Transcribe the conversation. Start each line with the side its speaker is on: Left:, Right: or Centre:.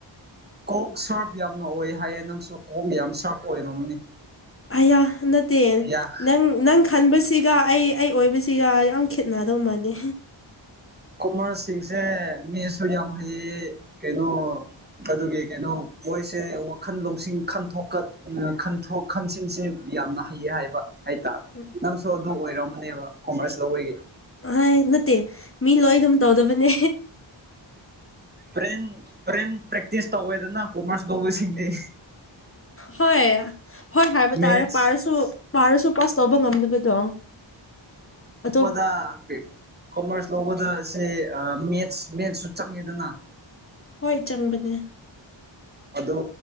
Right: ꯀꯣꯛ ꯁꯔꯐ ꯌꯥꯝꯅ ꯑꯣꯏ ꯍꯥꯏꯌꯦ ꯅꯪꯁꯨ ꯀꯣꯛ ꯌꯥꯝ ꯁꯥꯔꯐ ꯑꯣꯏꯔꯝꯅꯤ
Left: ꯑꯌꯥ ꯅꯠꯇꯦ
Right: ꯌꯥ
Left: ꯅꯪ ꯅꯪ ꯈꯟꯕꯁꯤꯒ ꯑꯩ ꯑꯩ ꯑꯣꯏꯕꯁꯤ ꯁꯤꯒ ꯌꯥꯝ ꯈꯦꯠꯅꯗꯧꯃꯅꯤ
Right: ꯀꯣꯃꯔꯁꯁꯤꯡꯁꯦ ꯃꯤꯁꯨ ꯌꯥꯝ ꯍꯩꯌꯦ ꯀꯩꯅꯣ ꯑꯗꯨꯒꯤ ꯀꯩꯅꯣ ꯃꯣꯏꯁꯦ ꯋꯥꯈꯜ ꯂꯧꯁꯤꯡ ꯈꯟꯣꯛꯀ ꯈꯟꯣꯛ ꯃꯈꯟꯁꯤꯡꯁꯤ ꯌꯥꯝꯅ ꯍꯩꯌꯦ ꯍꯥꯏꯕ ꯍꯥꯏꯇꯥꯔꯦ
Left: ꯎꯝ
Right: ꯅꯪꯁꯨ ꯑꯗꯨꯝ ꯑꯣꯏꯔꯝꯅꯦꯕ ꯀꯣꯃꯔꯁ ꯂꯧꯕꯒꯤ
Left: ꯑ ꯅꯠꯇꯦ ꯃꯤ ꯂꯣꯏ ꯑꯗꯨꯝ ꯇꯧꯗꯕꯅꯦ
Right: ꯍ꯭ꯔꯦꯟ ꯍꯣꯔꯦꯟ ꯄ꯭ꯔꯦꯛꯇꯤꯁ ꯇꯧꯋꯦꯗꯅ ꯀꯣꯃꯔꯁ ꯂꯧꯕꯁꯤꯡꯗꯤ
Left: ꯍꯣꯏ ꯍꯣꯏ ꯍꯥꯏꯕ
Right: ꯃꯦꯠꯁ
Left: ꯇꯥꯔꯦ ꯄꯥꯔꯁꯨ ꯄꯥꯔꯁꯨ ꯄꯥꯁ ꯇꯧꯕ ꯉꯝꯗꯕꯗꯣ ꯑꯇꯣꯞ
Right: ꯑꯦ ꯀꯣꯃꯔꯁ ꯂꯧꯕꯗ ꯁꯦ ꯃꯦꯠꯁ ꯃꯦꯠꯁꯁꯨ ꯆꯪꯉꯦꯗꯅ
Left: ꯍꯣꯏ ꯆꯪꯕꯅꯦ
Right: ꯑꯗꯣ